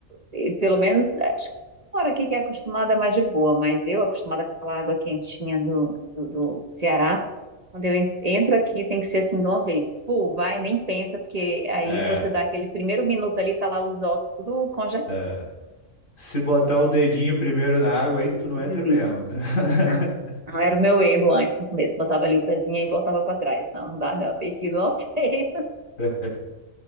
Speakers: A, on the right (about 30°); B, on the left (about 75°).
A: E pelo menos, é, acho que fora aqui que é acostumada é mais de boa, mas eu, acostumada com aquela água quentinha do, do, do Ceará, quando eu en- entro aqui tem que ser assim de uma vez. Pô, vai, nem pensa, porque aí
B: É,
A: você dá aquele primeiro minuto ali, tá lá os ossos tudo congelando,
B: é. Se botar o dedinho primeiro na água, aí tu não
A: e
B: entra
A: desiste.
B: mesmo, né? <laughs>
A: Não, não era o meu erro antes, no começo, botava ali o pezinho e voltava para trás. Não, não dá, não, tem que ir de uma <laughs> vez.
B: É. É.